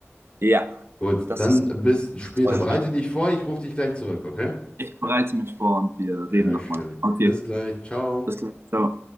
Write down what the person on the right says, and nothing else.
Ja,
das
ist
toll.
Ich bereite mich vor und wir
reden nochmal.
Okay,
bis gleich. Ciao.